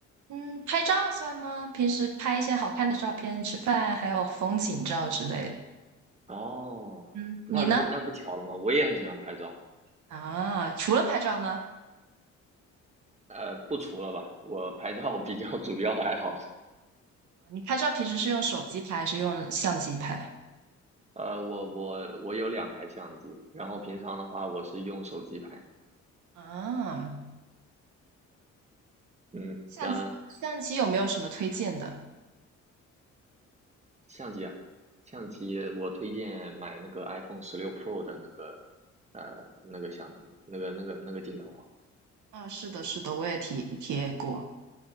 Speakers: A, on the right; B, on the right.
A: 嗯，拍照算吗？平时拍一些好看的照片，吃饭，还有风景照之类的。
B: 哦，
A: 嗯，
B: 那这不那不巧了吗？
A: 你呢？
B: 我也很喜欢拍照。
A: 啊，除了拍照呢？
B: 呃，不除了吧，我拍照比较主要的爱好了。
A: 你拍照平时是用手机拍，还是用相机拍？
B: 呃，我我我有两台相机，然后平常的话我是用手机拍。
A: 啊，
B: 嗯，
A: 相机相机有没有什么推荐的？
B: 那相机啊，相机我推荐买那个 iPhone 十六 Pro 的那个呃那个相机，那个那个那个镜头好
A: 啊，是的，是的，我也体体验过。